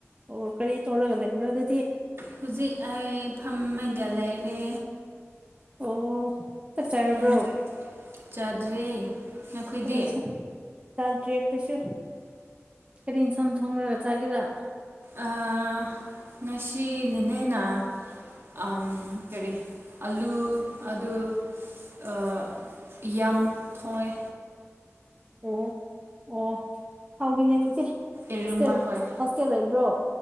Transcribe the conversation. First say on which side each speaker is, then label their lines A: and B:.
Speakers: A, on the right; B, on the right.
A: ꯑꯣ ꯀꯔꯤ ꯇꯧꯔꯒ ꯂꯩꯕ꯭ꯔꯥ ꯑꯗꯨ
B: ꯍꯧꯖꯤꯛ ꯑꯩ ꯐꯝꯃꯒ ꯂꯩꯔꯦ
A: ꯑꯣ ꯆꯥꯛ ꯆꯥꯔꯕ꯭ꯔꯣ
B: ꯎꯝ ꯆꯥꯗ꯭ꯔꯤ ꯅꯈꯣꯏꯗꯤ
A: ꯀꯔꯤ ꯏꯟꯁꯥꯡ ꯆꯥꯗ꯭ꯔꯤ ꯑꯩꯈꯣꯏꯁꯨ ꯀꯔꯤ ꯏꯟꯁꯥꯡ ꯊꯣꯡꯂꯒ ꯆꯥꯒꯦꯔꯥ
B: ꯑꯥ ꯉꯁꯤ ꯅꯦꯅꯦꯅ ꯑꯝ ꯀꯔꯤ ꯑꯂꯨ ꯑꯗꯨ ꯑꯥ ꯌꯥꯝ ꯊꯣꯡꯑꯦ
A: ꯑꯣ ꯑꯣ ꯍꯥꯎꯕꯤꯅꯤꯗꯨꯗꯤ ꯍꯣꯁꯇꯦꯜ
B: ꯏꯔꯨꯝꯕ ꯍꯣꯏ
A: ꯍꯣꯁꯇꯦꯜ ꯂꯩꯕ꯭ꯔꯣ